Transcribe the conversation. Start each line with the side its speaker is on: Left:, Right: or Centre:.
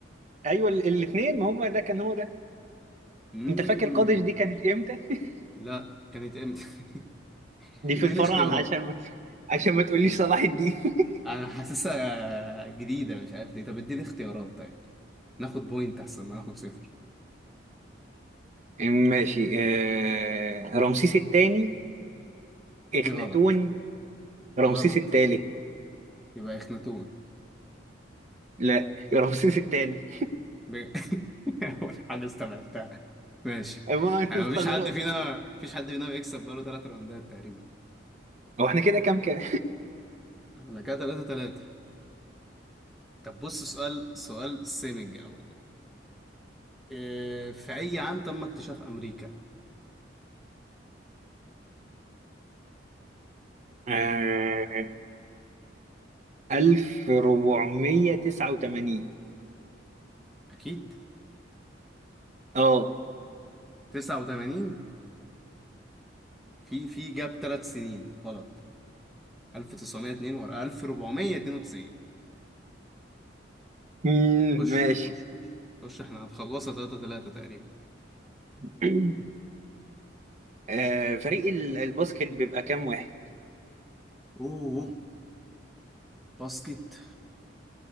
Right: ايوه الاثنين ما هم ده كان هو ده
Centre: مم.
Right: انت فاكر قادش دي كانت امتى؟ <laughs>
Centre: لا كانت امتى <laughs>
Right: دي
Centre: اديني
Right: في الفراعنه
Centre: اختيارات
Right: عشان ما عشان ما تقوليش
Centre: ادي
Right: صلاح الدين <laughs>
Centre: انا حاسسها جديدة مش عارف ليه طب اديني اختيارات طيب ناخد بوينت احسن ما ناخد صفر
Right: ماشي آه... رمسيس الثاني اخناتون
Centre: دي غلط
Right: رمسيس
Centre: غلط
Right: الثالث
Centre: يبقى اخناتون
Right: لا رمسيس الثاني
Centre: ب... ب... <laughs> اول حاجة استبعدتها ماشي
Right: ما <laughs> أنا
Centre: انا
Right: استغربت
Centre: مفيش حد فينا مفيش حد فينا بيكسب بقاله ثلاث راوندات تقريبا
Right: هو احنا كده كام كام؟
Centre: انا كده ثلاثة ثلاثة طب بص سؤال سؤال سيمج او إيه... في اي عام تم اكتشاف امريكا
Right: آه... 1489
Centre: اكيد
Right: اه
Centre: 89 في في جاب ثلاث سنين غلط 1902 ورا 1492
Right: مم،
Centre: خش
Right: ماشي
Centre: خش خش خش احنا هنخلصها 3 3 تقريبا
Right: <clears throat> آه... فريق ال- الباسكت بيبقى كام واحد؟
Centre: اوه باسكت